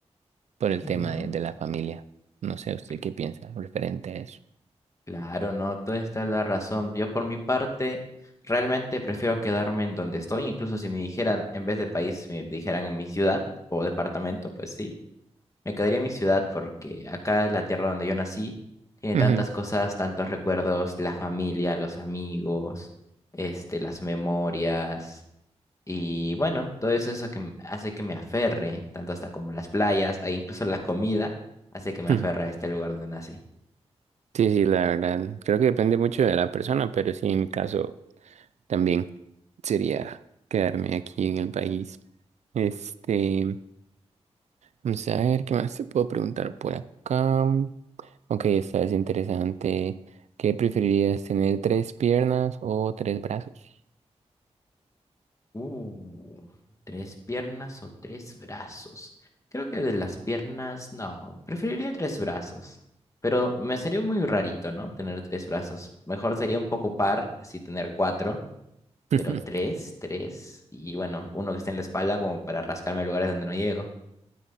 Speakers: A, on the right; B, on the left.
A: por el
B: Ujú.
A: tema de, de la familia. No sé, ¿usted
B: Cl-
A: qué piensa referente a eso?
B: Claro, no, toda esta es la razón. Yo por mi parte realmente prefiero quedarme en donde estoy, incluso si me dijeran, en vez de país, me dijeran en mi ciudad o departamento, pues sí. Me quedaría en mi ciudad porque acá la tierra donde yo nací tiene
A: Ujú.
B: tantas cosas, tantos recuerdos, la familia, los amigos, este, las memorias y bueno, todo eso, eso que m- hace que me aferre, tanto hasta como las playas, e incluso la comida, hace que me
A: <laughs>
B: aferre a este lugar donde nací.
A: Sí, sí, la verdad. Creo que depende mucho de la persona, pero sí, en mi caso también sería quedarme aquí en el país. Este, vamos a ver qué más te puedo preguntar por acá. Ok, esta es interesante. ¿Qué preferirías tener tres piernas o tres brazos?
B: Uh, tres piernas o tres brazos. Creo que de las piernas, no, preferiría tres brazos. Pero me sería muy rarito, ¿no? Tener tres brazos. Mejor sería un poco par, así tener cuatro,
A: <laughs>
B: pero tres, tres. Y bueno, uno que esté en la espalda como para rascarme lugares donde no llego.